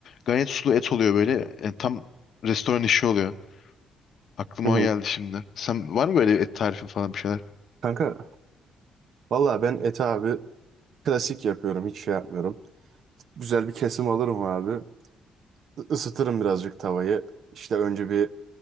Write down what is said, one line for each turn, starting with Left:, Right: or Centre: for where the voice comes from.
Left: Gayet sulu et oluyor böyle E, tam restoran işi oluyor. Aklıma
Right: Hı hı.
Left: o geldi şimdi. Sen var mı böyle et tarifin falan bir şeyler?
Right: Kanka valla ben eti abi Klasik yapıyorum. Hiç şey yapmıyorum. Güzel bir kesim alırım abi. I- Isıtırım birazcık tavayı. İşte önce bir...